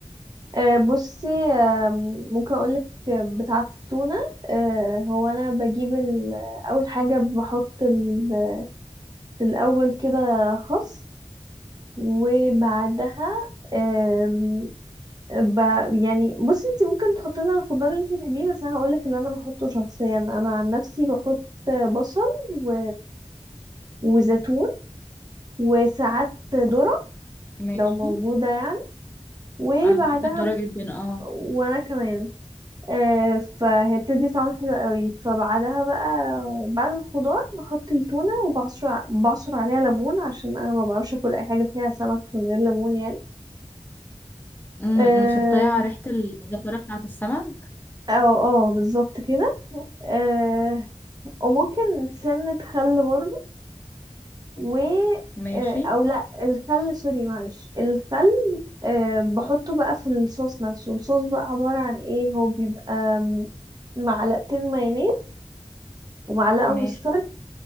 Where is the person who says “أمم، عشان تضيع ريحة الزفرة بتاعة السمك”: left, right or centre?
Left